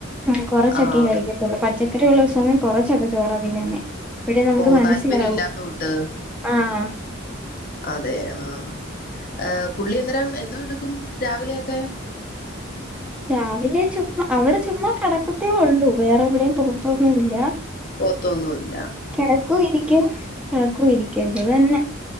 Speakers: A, in the centre; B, on the left.
A: ഉം കൊറച്ചൊക്കെ
B: ആഹ്
A: കഴിക്കത്തുള്ളൂ പച്ചക്കറി ഉള്ള ദിവസം ഒന്നും കൊറച്ചൊക്കെ ചോറ തിന്നുന്നെ അപ്പഴെ നമുക്ക്
B: ഓ
A: മനസ്സിലാവും
B: താല്പര്യം ഇല്ലാത്ത കൂട്ട്
A: ആഹ്
B: അതെ ആഹ് എഹ് പുള്ളി അന്നേരം എന്തോ എടുക്കും രാവിലെയൊക്കെ
A: രാവിലെ ചുമ്മാ അവിടെ ചുമ്മാ കെടക്കത്തേ ഉള്ളൂ വേറെ എവിടെയും പോകത്തൊന്നുല്ല
B: പോകത്തൊന്നുല്ല
A: കിടക്കും ഇരിക്കും കിടക്കും ഇരിക്കും ഇത് തന്നെ